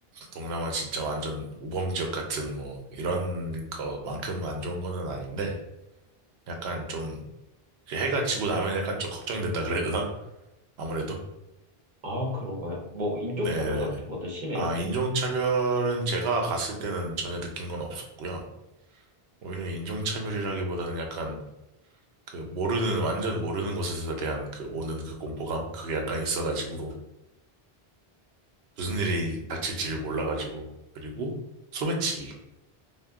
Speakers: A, on the right; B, on the right.
A: 동남아 진짜 완전 우범 지역 같은 뭐 이런 거만큼 안 좋은 거는 아닌데 약간 좀 이제 해가 지고 나면 약간 좀 걱정이 된다 그래야 되나? 아무래도.
B: 아 그런가요? 뭐 인종차별
A: 네네네.
B: 같은 것도 심해요?
A: 아, 인종차별은 제가 갔을 때는 전혀 느낀 건 없었고요. 오히려 인종차별이라기보다는 약간 그 모르는, 완전 모르는 곳에서 대한 그 오는 그 공포감? 그게 약간 있어가지고 무슨 일이 닥칠지를 몰라가지고. 그리고 소매치기.